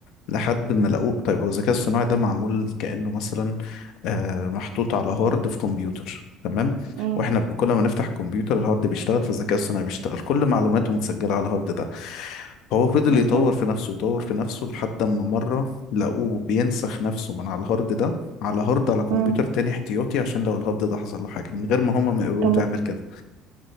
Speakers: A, on the left (about 70°); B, on the right (about 75°).
A: لحد ما لقوه طيب هو الذكاء الصناعي ده معمول كأنه مثلا آه، محطوط على هارد في كمبيوتر تمام
B: امم
A: واحنا ب- كل ما نفتح الكمبيوتر الهارد بيشتغل فالذكاء الصناعي بيشتغل كل معلوماته متسجلة على الهارد ده هو فضل
B: بالظبط
A: يطور في نفسه يطور في نفسه لحد ما مرة لقوه بينسخ نفسه من على الهارد ده على هارد على كمبيوتر
B: امم
A: تاني احتياطي عشان لو الهارد ده حصل له حاجة من غير ما هما ما يقولوا
B: طب
A: له تعمل كده